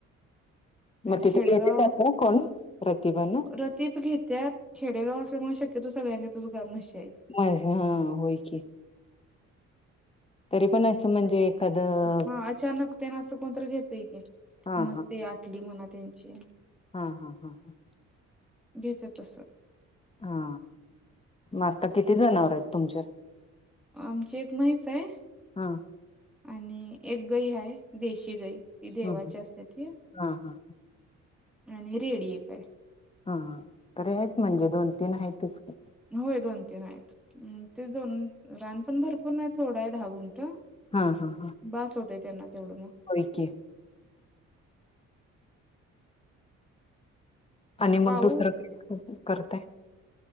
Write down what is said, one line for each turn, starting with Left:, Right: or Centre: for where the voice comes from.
Centre: आणि
Left: तिथं
Centre: खेडेगाव
Left: घेते असं कोण प्रतिभा ना
Centre: रतीप घेत्यात. खेडेगाव असल्यामुळे शक्यतो सगळ्यांच्यातच ग म्हशी आहेत.
Left: पाहिजे हा होय की. तरी पण असं म्हणजे एखादं
Centre: हा अचानक त्यांना असं कोणत घेतय की
Left: हा
Centre: म्हस तेन आटली म्हणा त्यांची.
Left: हा हा हा हा
Centre: घेत्यात तसं.
Left: हा मग आता किती जनावर आहेत तुमची?
Centre: आमची एक म्हैस आहे.
Left: हां
Centre: आणि एक गई हाय देशी गई. ती देवाची
Left: हम्म
Centre: असते ती
Left: हा हा
Centre: आणि रेडी एक आहे.
Left: हा तरी आहेत म्हणजे दोन तीन आहेतच की.
Centre: होय दोन तीन आहेत ते दोन रान पण भरपूर नाही थोडं आहे धा गून्ठ.
Left: हां हां हां
Centre: बसं होतंय त्यांना तेवढं मगं
Left: होयं की आणि
Centre: पाऊ
Left: मंग दुसरं कांहीं करतांय